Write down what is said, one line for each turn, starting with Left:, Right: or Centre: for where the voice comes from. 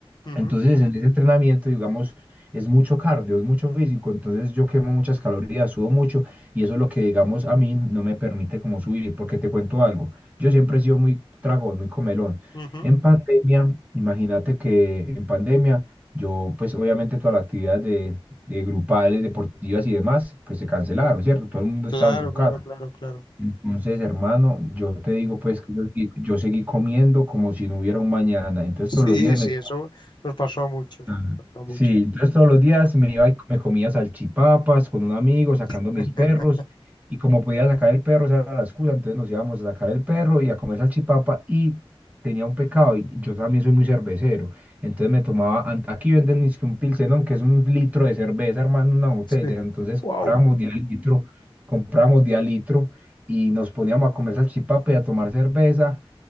Left: Ujú,
Right: Entonces en ese entrenamiento, digamos, es mucho cardio, es mucho físico, entonces yo quemo muchas calorías, sudo mucho y eso es lo que, digamos, a mí no me permite como subir, porque te cuento algo, yo siempre he sido muy tragón, muy comelón.
Left: ujú.
Right: En pandemia, imagínate que en pandemia yo, pues obviamente todas las actividades de, de grupales, deportivas y demás, pues se cancelaron, ¿cierto? Todo el mundo
Left: Claro,
Right: estaba en sus casas.
Left: claro, claro, claro.
Right: Entonces, hermano, yo te digo pues que yo, seguí- yo seguí comiendo como si no hubiera un mañana. Entonces
Left: Sí,
Right: todos los días
Left: sí,
Right: me
Left: eso nos pasó a muchos,
Right: Ah,
Left: nos pasó a muchos.
Right: Sí, entonces todos los días me iba y me comía salchipapas con un amigo sacando
Left: <laughs>
Right: mis perros y como podía sacar el perro, esa era la excusa, entonces nos íbamos a sacar el perro y a comer salchipapa y tenía un pecado y yo también soy muy cervecero, entonces me tomaba, an- aquí venden es que un pilsenón que es un litro de cerveza, hermano, una botella,
Left: Sí.
Right: entonces
Left: Wow.
Right: comprábamos de a litro, comprábamos de a litro y nos poníamos a comer salchipapa y a tomar cerveza